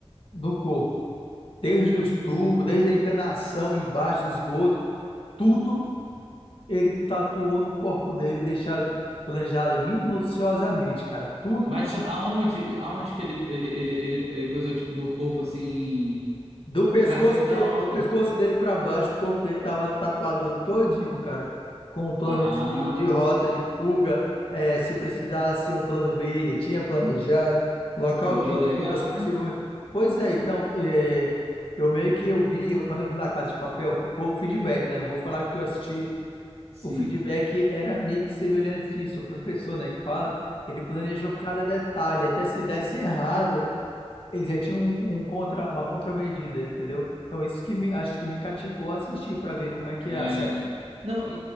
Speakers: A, on the left; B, on the right.
A: no corpo. desde os tubos, desde a encanação embaixo do esgoto, tudo ele tatuou no corpo dele, deixado planejado minuciosamente, cara, tudo
B: Mas
A: que tinha.
B: aonde, aonde que ele, ele, ele, ele, ele coisou, tipo, no corpo assim.
A: Do pescoço
B: Cara, que da
A: dele,
B: hora.
A: do pescoço dele para baixo, o corpo dele tava tatuado todinho, cara, com um plano
B: Ah,
A: de, de rota, de fuga, eh, se precisasse um plano B, ele tinha planejado, local
B: pô,
A: de
B: legal,
A: fugas possivelmente.
B: né?
A: Pois é, então, eh, eu meio que eu vi, quando eu vi La Casa de Papel, pô, o feedback, né? Não vou falar porque eu assisti
B: Sim.
A: O feedback era meio que semelhante disso. O professor, né, que fala, ele planejou cada detalhe. Até se desse errado, ele já tinha um, um contra, uma contramedida, entendeu? Então, isso que me, acho que me cativou a assistir para ver como é que
B: É,
A: é a série.
B: não, e,